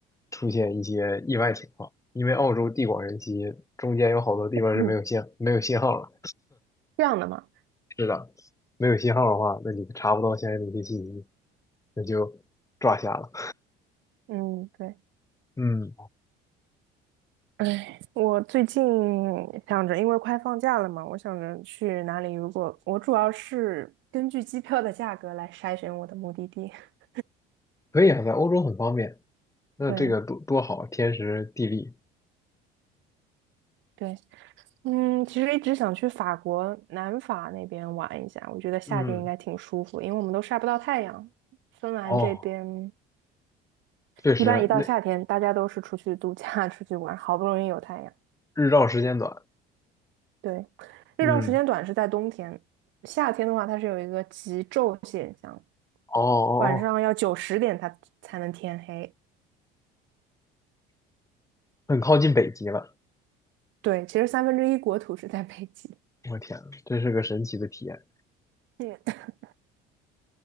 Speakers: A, on the left; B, on the right.
A: 出现一些意外情况。因为澳洲地广人稀，中间有好多地方是没有信没有信号了。
B: 嗯，这样的嘛，
A: 是的，没有信号的话，那你查不到相应的一些信息，那就抓瞎了。
B: 嗯，对，
A: 嗯，
B: 哎，我最近想着，因为快放假了嘛，我想着去哪里。如果我主要是根据机票的价格来筛选我的目的地。<laughs>
A: 可以啊，在欧洲很方便，那这个多多好啊，
B: 对
A: 天时地利。
B: 对，嗯，其实一直想去法国南法那边玩一下，我觉得夏天应该挺舒服，
A: 嗯
B: 因为我们都晒不到太阳。芬兰这边
A: 哦，确实，
B: 一般一到夏天，
A: 那
B: 大家都是出去度假、<laughs> 出去玩，好不容易有太阳。
A: 日照时间短。
B: 对，日照时间短是在冬天，
A: 嗯，
B: 夏天的话它是有一个极昼现象，
A: 哦哦哦，
B: 晚上要九十点它才能天黑。
A: 很靠近北极了。
B: 对，其实三分之一国土是在北极。
A: 我天呐，真是个神奇的体验，
B: 嗯，<laughs>